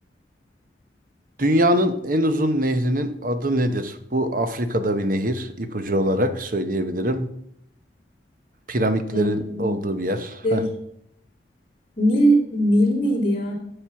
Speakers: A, on the right; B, on the left.
A: Dünyanın en uzun nehrinin adı nedir? Bu Afrika'da bir nehir. İpucu olarak söyleyebilirim. Piramitlerin
B: Hı hı.
A: olduğu bir yer.
B: Şey,
A: Heh.
B: Nil, Nil miydi ya?